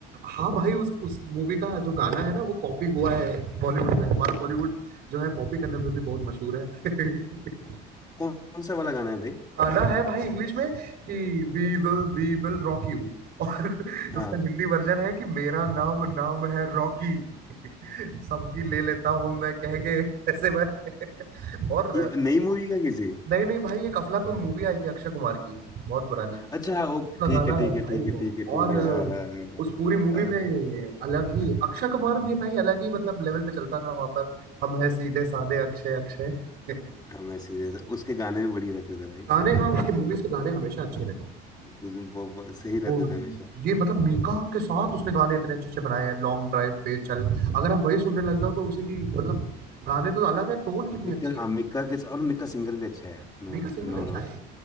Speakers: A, on the right; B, on the left.
A: हाँ भाई उस उस मूवी का जो गाना है ना वो कॉपी हुआ है बॉलीवुड में हमारा बॉलीवुड जो है कॉपी करने में भी बहुत मशहूर है <laughs>
B: कौन कौन सा वाला गाना है भाई
A: गाना है भाई इंग्लिश में कि वी विल वी विल रॉक यू और <laughs>
B: हाँ
A: उसका हिंदी वर्जन है कि मेरा नाम नाम है रॉकी <laughs> सबकी ले लेता हूं मैं कह के ऐसे भाई <laughs> और
B: ये नई मूवी का किसी
A: नहीं नहीं भाई एक अफलातून मूवी आई थी अक्षय कुमार की बहुत पुरानी
B: अच्छा वो
A: उसका
B: ठीक
A: गाना
B: है ठीक
A: है
B: है
A: भाई
B: ठीक है
A: वो
B: ठीक है ठीक
A: और
B: है
A: अ,
B: हाँ हाँ हाँ हाँ
A: उस पूरी मूवी
B: हाँ
A: में
B: हाँ
A: अलग ही
B: हाँ,
A: अक्षय कुमार भी भाई अलग ही मतलब लेवल पे चलता था वहां पर हम है सीधे साधे अक्षय अक्षय <laughs>
B: हाँ, मैं सीरियस उसके गाने भी बढ़िया रहते थे भाई
A: गाने हाँ उसकी मूवीज के गाने हमेशा अच्छे
B: हाँ,
A: रहे
B: कुछ वो वो सही रहते
A: वो
B: थे हमेशा
A: ये मतलब मीका
B: हाँ।
A: के साथ उसने गाने इतने अच्छे अच्छे बनाए हैं लॉन्ग ड्राइव पे चल अगर आप वही सुनने लग जाओ तो उसी की मतलब गाने तो अलग है टोन कितनी
B: मिक्का
A: अच्छी है
B: हाँ, मिक्का के और मिक्का सिंगर भी अच्छा है यार No
A: मीका सिंगर
B: no
A: अच्छा
B: doubt
A: है